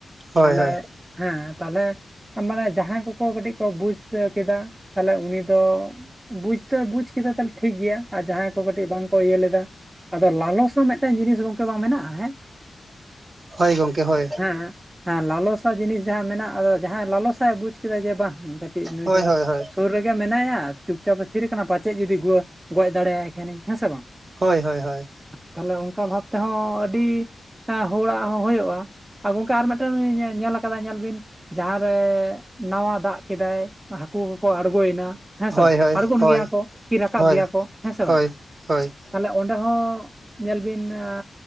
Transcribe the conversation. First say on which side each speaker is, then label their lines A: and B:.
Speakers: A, on the right; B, on the right.
A: ᱦᱳᱭ
B: ᱛᱟᱞᱮ
A: ᱦᱳᱭ
B: ᱦᱮᱸ ᱛᱟᱦᱚᱞᱮ ᱢᱟᱱᱮ ᱡᱟᱦᱟᱸᱭ ᱠᱚ ᱠᱚ ᱠᱟᱹᱴᱤᱡ ᱠᱚ ᱵᱩᱡ ᱠᱮᱫᱟ ᱛᱟᱦᱚᱞᱮ ᱩᱱᱤ ᱫᱚ ᱵᱩᱡ ᱫᱚᱭ ᱵᱩᱡ ᱠᱮᱫᱟ ᱛᱟᱦᱚᱞᱮ ᱴᱷᱤᱠ ᱜᱮᱭᱟ ᱟᱨ ᱡᱟᱦᱟᱸᱭ ᱠᱚ ᱠᱟᱹ ᱵᱟᱝ ᱠᱚ ᱤᱭᱟᱹ ᱞᱮᱫᱟ ᱟᱫᱚ ᱞᱟᱞᱚᱥ ᱦᱚᱸ ᱢᱤᱫᱴᱟᱝ ᱡᱤᱱᱤᱥ ᱜᱚᱢᱠᱮ ᱵᱟᱝ ᱢᱮᱱᱟᱜᱼᱟ ᱦᱮᱸ
A: ᱦᱳᱭ ᱜᱚᱢᱠᱮ ᱦᱳᱭ
B: ᱦᱮᱸ ᱦᱮᱸ ᱞᱟᱞᱚᱥᱟ ᱡᱤᱱᱤᱥ ᱡᱟᱦᱟᱸ ᱢᱮᱱᱟᱜ ᱟᱫᱚ ᱡᱟᱦᱟᱸᱭ ᱞᱟᱞᱚᱥᱟᱜ ᱵᱩᱡᱽ ᱠᱮᱫᱟ ᱡᱮ ᱵᱟᱝ ᱠᱟᱹᱴᱤᱡ ᱱᱩᱭ
A: ᱦᱳᱭ
B: ᱫᱚ
A: ᱦᱳᱭ ᱦᱳᱭ
B: ᱥᱩᱨ ᱨᱮᱜᱮ ᱢᱮᱱᱟᱭᱟ ᱪᱩᱯᱪᱟᱯ ᱮ ᱛᱷᱤᱨ ᱠᱟᱱᱟ ᱯᱟᱪᱮᱫ ᱡᱩᱫᱤ ᱜᱩᱣᱟᱹ ᱜᱚᱡ ᱫᱟᱲᱮᱭᱟᱭ ᱠᱷᱟᱱᱤᱧ ᱦᱮᱸ ᱥᱮ ᱵᱟᱝ
A: ᱦᱳᱭᱻ ᱦᱳᱭ ᱻᱦᱳᱭ᱾
B: ᱛᱟᱦᱚᱞᱮ ᱚᱱᱠᱟ ᱵᱷᱟᱵ ᱛᱮᱦᱚᱸ ᱟᱹᱰᱤ ᱚᱸ ᱦᱚᱲᱟᱜ ᱦᱚᱸ ᱦᱳᱭᱳᱜᱼᱟ ᱾ ᱟᱨ ᱜᱚᱝᱠᱮ ᱟᱨ ᱢᱤᱫᱴᱮᱱ ᱞᱤᱧ ᱧᱮᱞ ᱟᱠᱟᱫᱟ ᱧᱮᱞ ᱵᱤᱱ ᱡᱟᱸᱦᱟ ᱨᱮ ᱱᱟᱶᱟ ᱫᱟᱜ ᱠᱮᱫᱟᱭ ᱦᱟᱠᱳ ᱠᱚᱠᱚ ᱟᱬᱜᱳᱭᱮᱱᱟ ᱦᱮᱸ ᱥᱮ
A: ᱦᱳᱭ
B: ᱵᱟᱝ
A: ᱦᱳᱭ
B: ᱟᱲᱜᱳᱱ
A: ᱦᱳᱭ
B: ᱜᱮᱭᱟ ᱠᱚ ᱠᱤ ᱨᱟᱠᱟᱵ
A: ᱦᱳᱭ
B: ᱜᱮᱭᱟ ᱠᱚ ᱦᱮᱸ ᱥᱮ
A: ᱦᱳᱭ
B: ᱵᱟᱝ
A: ᱦᱳᱭ
B: ᱛᱟᱦᱚᱞᱮ ᱚᱸᱰᱮ ᱦᱚᱸ ᱧᱮᱞ ᱵᱤᱱ ᱱᱟᱭ